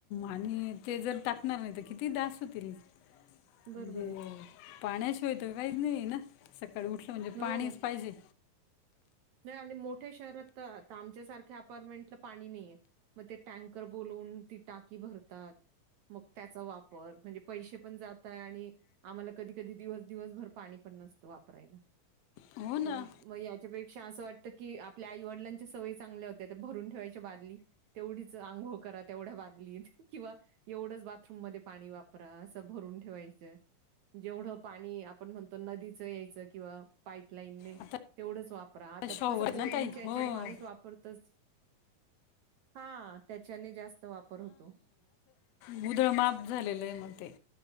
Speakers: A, on the left; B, on the right.
A: आणि ते जर टाकणार नाही तर किती दास होतील
B: बरोबर
A: हम.
B: आहे.
A: पाण्या शिवायत काही नाही ना, सकाळी उठलं म्हणजे पाणीच
B: हो,
A: पाहिजे.
B: नाही आणि मोठ्या शहरात तर आता आमच्यासारख्या अपार्टमेंटला पाणी नाहीय. मग ते टँकर बोलून ती टाकी भरतात. मग त्याचा वापर म्हणजे पैसे पण जातय आणि आम्हाला कधी कधी दिवस दिवस भर पाणी पण नस वापराय
A: हो ना
B: मग याच्या पेक्षा असं वाटतं की आपल्या आई वडिलांच्या सवयी चांगल्या होत्या. तर भरून ठेवायच्या बादली तेवढीच अंग करा तेवढ्या बादलीत किंवा एवढंच बाथरूम मध्ये पाणी वापरा असं भरून ठेवायचं. जेवढं पाणी आपण म्हणतो नदीचं यायचं किंवा पाईपलाईनने.
A: आता
B: तेवढंच वापरा. आता
A: शॉवर
B: कसं बोअरिंगच्या
A: ना ताई हो
B: याच्याने माणूस वापरतच. हा त्याच्याने जास्त वापर होतो.
A: मुदळ माप झालेलं आहे मग ते